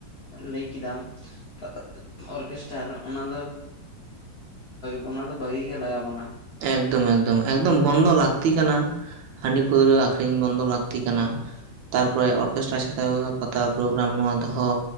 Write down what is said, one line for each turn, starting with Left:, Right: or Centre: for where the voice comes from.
Left: ᱞᱟᱹᱭ ᱠᱮᱫᱟᱢ ᱯᱟ ᱚᱨᱠᱮᱥᱴᱟᱨ ᱚᱱᱟ ᱫᱚ ᱵᱚ ᱚᱱᱟ ᱫᱚ ᱵᱷᱟᱹᱜᱤ ᱜᱮ ᱞᱟᱜᱟᱣ ᱵᱚᱱᱟ
Right: ᱮᱠᱫᱚᱢ ᱮᱠᱫᱚᱢ ᱮᱠᱫᱚᱢ ᱵᱚᱱᱫᱚ ᱞᱟᱠᱛᱤ ᱠᱟᱱᱟ ᱦᱟᱺᱰᱤ
Left: ᱦᱩᱸ
Right: ᱯᱟᱹᱣᱨᱟᱹ ᱟᱠᱷᱨᱤᱧ ᱵᱚᱱᱫᱚ ᱞᱟᱠ ᱛᱤ ᱠᱟᱱᱟ ᱛᱟᱨᱯᱚᱨᱮ ᱚᱨᱠᱮᱥᱴᱨᱟ ᱪᱷᱟᱛᱟ ᱯᱟᱛᱟ ᱯᱚᱨᱚᱜᱟᱨᱟᱢ ᱱᱚᱣᱟ ᱫᱚᱦᱚ